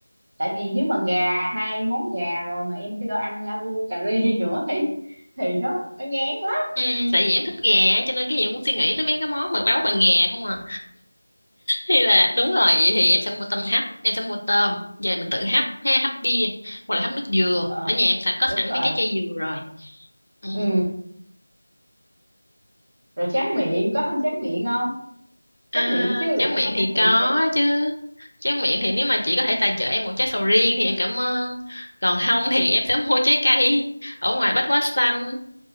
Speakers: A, on the right; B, on the left.
A: tại vì nếu mà gà hai món gà rồi mà em cho ăn lagu cà ri <laughs> nữa thì thì nó nó ngán lắm
B: Ừ, tại vì em thích gà cho nên cái gì em cũng suy nghĩ tới mấy cái món mà nấu bằng gà không à thì là đúng rồi vậy thì em sẽ mua tôm hấp em sẽ mua tôm về mình tự hấp ha hấp bia hoặc là hấp nước dừa
A: ờ
B: ở nhà em sẵn có sẵn
A: đúng rồi
B: mấy cái chai dừa rồi ừ.
A: ừ rồi tráng miệng có ăn tráng miệng không tráng
B: à,
A: miệng chứ
B: tráng
A: phải
B: miệng
A: có
B: thì
A: tráng miệng
B: có
A: chứ
B: chứ tráng miệng thì nếu mà chị có thể tài trợ em một trái sầu riêng thì em cảm ơn còn không thì em sẽ <laughs> mua trái cây ở ngoài Bách Hóa Xanh